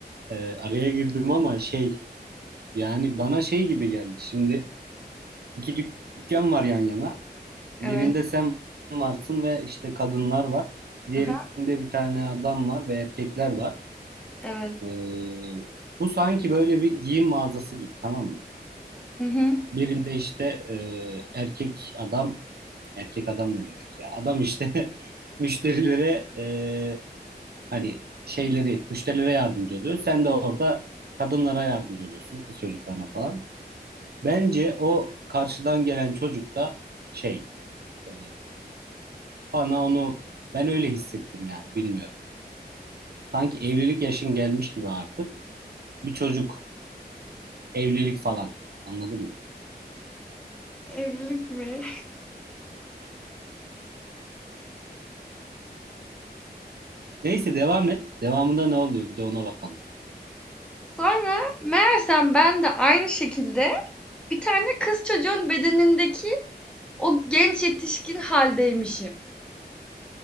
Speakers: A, on the right; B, in the centre.
A: Ee, araya girdim ama şey yani bana şey gibi geldi. Şimdi iki dük- dükkan var yan yana. Birinde
B: Evet.
A: sen varsın ve işte kadınlar var. Diğerinde
B: Aha,
A: bir tane adam var ve erkekler var.
B: evet.
A: Ee, bu sanki böyle bir giyim mağazası gibi tamam mı?
B: Hı hı.
A: Birinde işte e, erkek adam, erkek adam ne demek ya? Adam işte <laughs> müşterilere e, hani şeyleri, müşterilere yardımcı oluyor. Sen de orada kadınlara yardımcı oluyorsun, kız çocuklarına falan. Bence o karşıdan gelen çocuk da şey, e, Bana onu ben öyle hissettim yani bilmiyorum. Sanki evlilik yaşın gelmiş gibi artık. Bir çocuk, evlilik falan. Anladın mı?
B: Evlilik mi?
A: Neyse devam et. Devamında ne oluyor? Bir de ona bakalım.
B: Sonra meğersem ben de aynı şekilde bir tane kız çocuğun bedenindeki o genç yetişkin haldeymişim.